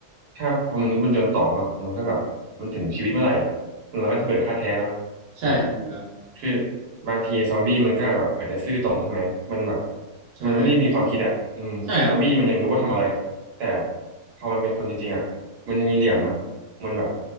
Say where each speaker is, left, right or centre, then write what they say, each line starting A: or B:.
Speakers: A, on the right (about 80°); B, on the right (about 70°).
A: ถ้าพอมันษย์มันจนตอกเนาะมันก็แบบมันถึงชีวิตเมื่อไหร่อ่ะเราก็จะเผยท่าแท้เนาะ
B: ใช่ครับผมครับ
A: แบบคือบางทีซอมบี้มันก็แบบอาจจะซื่อตรงใช่ไหมมันแบบ
B: ใช่
A: มันไม่ได้มีความคิดอ่ะอืมซอมบี้มันยังรู้ว่าทำอะไร
B: ใช่ครับ
A: แต่พอมันเป็นคนจริงๆอ่ะมันมีเหลี่ยมเนาะมันแบบ